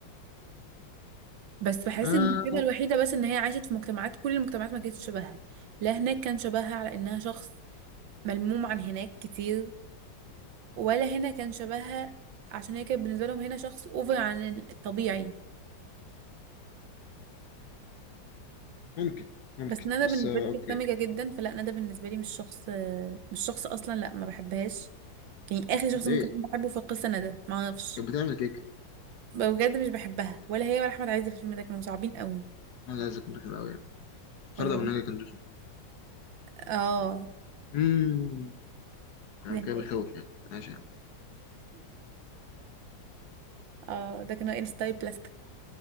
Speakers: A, on the right; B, on the left.
A: بس بحس
B: آه
A: إن المشكلة الوحيدة بس إن هي عاشت في مجتمعات كل المجتمعات ما كانتش شبهها لا هناك كان شبهها على إنها شخص ملموم عن هناك كتير ولا هنا كان شبهها عشان هي كانت بالنسبة لهم هنا شخص أوفر عن الطبيعي
B: ممكن ممكن
A: بس ندى
B: بس
A: بالنسبه
B: آه
A: لي
B: أوكي
A: كانت سامجه جدا فلا ندى بالنسبه لي مش شخص مش شخص اصلا لا ما بحبهاش يعني اخر شخص
B: ليه
A: ممكن اكون بحبه في القصه ندى ما اعرفش
B: كانت بتعمل كيك
A: بجد مش بحبها ولا هي ولا احمد عز في الفيلم ده كانوا صعبين قوي
B: ما لا ذكر كده أوي يعني خالد
A: كانوا
B: أبو
A: صعبين
B: النجا كان رخم
A: اه
B: أمم كان
A: ده <laughs>
B: كده بيخوف يعني ماشي يعني
A: اه ده كانوا ال ستايل بلاستيك